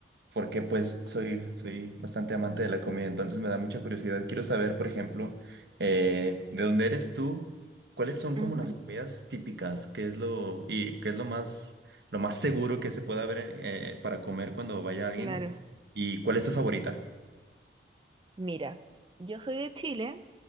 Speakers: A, on the right; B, on the right.
A: porque pues soy, soy bastante amante de la comida, entonces me da mucha curiosidad. Quiero saber, por ejemplo, eh, ¿de dónde eres tú? ¿Cuáles son como
B: Ujú,
A: las comidas típicas? ¿Qué es lo, y qué es lo más, lo más seguro que se pueda ver eh, eh, para comer cuando vaya alguien?
B: claro.
A: ¿Y cuál es tu favorita?
B: Mira, yo soy de Chile,